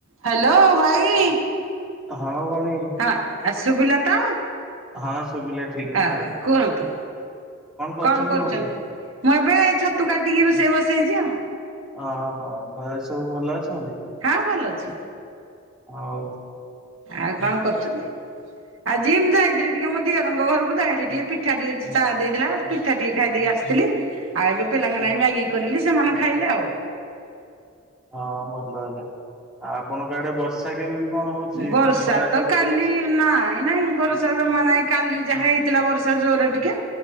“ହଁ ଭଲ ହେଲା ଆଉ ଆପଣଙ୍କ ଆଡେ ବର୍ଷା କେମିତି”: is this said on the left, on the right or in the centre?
Centre